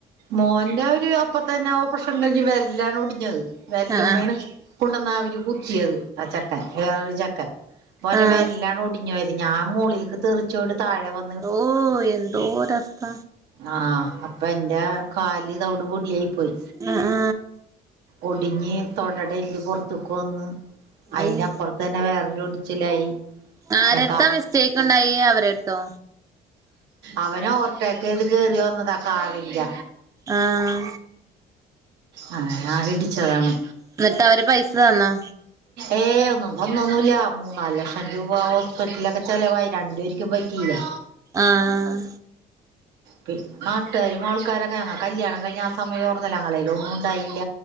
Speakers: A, on the right; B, on the right.
A: മോന്റെ ഒരു അപ്പ തന്നെ ഓപ്പറേഷൻ ഉണ്ടെങ്കി വെരലാണ് ഒടിഞ്ഞത് വെരലുമ്മേണ്
B: ആഹ്
A: കൊണ്ടുവന്നവര് കുത്തിയത് ആഹ് ചെക്കൻ ഏതൊരു ചെക്കൻ അപ്പോന്റെ
B: ആഹ്
A: വെരലാണ് ഒടി ഞാൻ മോളിലേക്ക് തെറിച്ചു പോയിട്ട് താഴെ വ
B: ഓഹ് എന്തോരസ്ഥ
A: ആഹ് അപ്പൊ എന്റെ കാല് തവിട്ട് പൊടിയായി പോയി
B: ആഹ് ആഹ്
A: ഒടിഞ്ഞ് തൊടട എല്ല് പൊറത്തേക്ക് വന്ന് അയ്ന്റെ
B: അയ്
A: അപ്പുറ ത്ത് തന്നെ വേറൊരു ഒടിച്ചിലായി പിന്നെ
B: ആരെടുത്താ മിസ്റ്റേക്ക് ഉണ്ടായി അവരെടുത്തോ
A: അവരാ ഓവർടേക്കഴ്ത് കേറി വന്നതാ കാറിന്റെ
B: ആഹ്
A: അറിയാതെ ഇടിച്ചതാണ്
B: എന്നിട്ട് അവര് പൈസ തന്നോ
A: ഏഹ് ഒന്നും തന്നൊന്നുമില്ല മൂന്നാല് ലക്ഷം രൂപ ഹോസ്പിറ്റലൊക്കെ ചെലവായി രണ്ട് പേര്ക്കും പറ്റില്ലേ
B: ആഹ്
A: പിന്നെ നാട്ടുകാരും ആൾക്കാരൊക്കെ ഞങ്ങ കല്യാണം കഴിഞ്ഞ ആ സമയ യിരുന്നല്ലോ ഞങ്ങളേല് ഒന്നും ഉണ്ടായില്ല